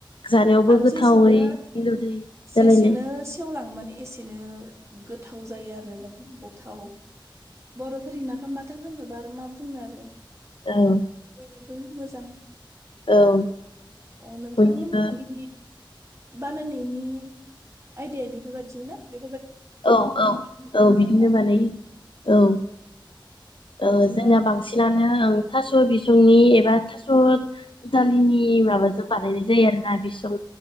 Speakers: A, on the left; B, on the right.
A: जानायावबो
B: आरो
A: गोथावै
B: जेसेनो
A: मिलौदोयै
B: जेसेनो
A: जालायनाय
B: सेवलाङो माने एसेनो गोथाव जायो आरो गोथाव बर'फोरनि नाफाम बाथोन होनोबा आरो मा बुंनो आरो
A: औ
B: बेफोर मोजां
A: औ
B: अ नोंथांमोननिखि
A: बयनिबो
B: बानायनायनि आयदाया बेफोरबायदिनो ना बे
A: औ औ
B: अ
A: औ बिदिनो बानायो औ औ
B: बिदिनो
A: जोंनिया बांसिनानो ओं थास' स' बिसंनि एबा थास' दुदालिनि माबाजों बानायनाय जायो आरोना बिसं